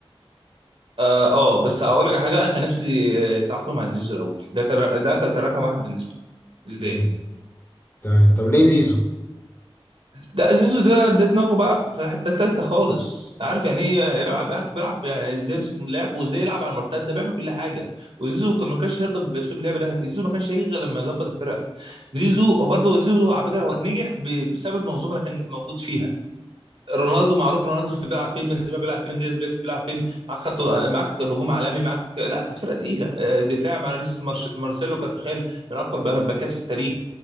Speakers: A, on the right; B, on the left.
A: اه آه، بس هقول لك على حاجه انا كان نفسي آه، يتعاقدوا مع زيزو الاول ده كان ده كان كان رقم واحد بالنسبه لي زيدان
B: مم. تمام طب ليه زيزو
A: ده زيزو ده ده دماغه بقى في حته تالته خالص عارف يعني ايه يلعب عارف بيلعب في يعني ازاي يمسك اللعب وازاي يلعب على المرتد ده بيعمل كل حاجه وزيزو كان ما كانش يرضى باسلوب اللعب ده زيزو ما كانش هيجي غير لما يظبط الفرقه زيزو وبرضه زيزو على فكره هو نجح ب- بسبب المنظومه اللي كان موجود فيها رونالدو معروف رونالدو في بيلعب فين بنزيما بيلعب فين جريز بيلعب فين معاك خط معاك هجوم عالمي معاك لا كانت فرقه تقيله آه، دفاع مع لسه مارش- مارسيلو كارفخال من اقوى الباكات في التاريخ